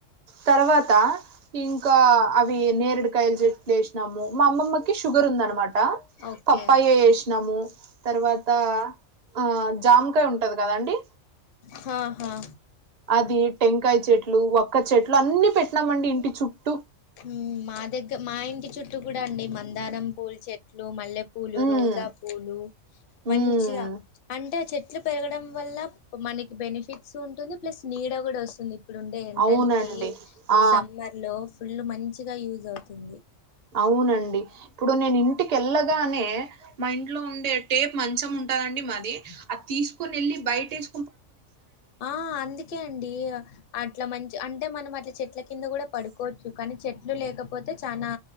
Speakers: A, on the right; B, on the left.
A: తర్వాతా ఇంకా అవీ నేరుడుకాయలు చెట్లు వేసినాము మా అమ్మమ్మకి షుగర్ ఉందనమాట టా
B: ఓకే
A: పప్పాయ వేసినామూ తర్వాతా ఆ జామకాయ ఉంటది కదండీ
B: హాహా
A: అదీ టెంకాయ చెట్లు వక్క చెట్లు అన్ని పెట్టినామండి ఇంటి చుట్టూ
B: మ్ మా దెగ్గ మా ఇంటి చుట్టూ కూడా అండి మందారం పూల్ చెట్ ట్లు మల్లె పూలు
A: ఉమ్
B: రోజా పూలు మంచిగా
A: ఉమ్
B: అంటే చెట్ ట్లు పెరగడం వల్లా మనికి బెనిఫిట్సు ఉంటుంది ప్లస్ నీడ కూడా వస్తుంది ఇప్పుడు ఉండే ఎండల్కీ
A: అవునండి ఆ
B: సమ్మర్ లో ఫుల్ మంచిగా యూజ్ అవుతుంది
A: అవునండి ఇప్పుడు నేను ఇంటికి ఎళ్లగానే మా ఇంట్లో ఉండే టేప్ మంచం ఉంటాదండి మాది అది తీసుకోన్ ఎళ్ళి బయటేస్
B: ఆ అందుకే అండీ అట్ల మంచి అంటే మనం అట్ల చెట్ల కింద కూడా పడుకోచ్చు కానీ చెట్లు లేకపోతే చానా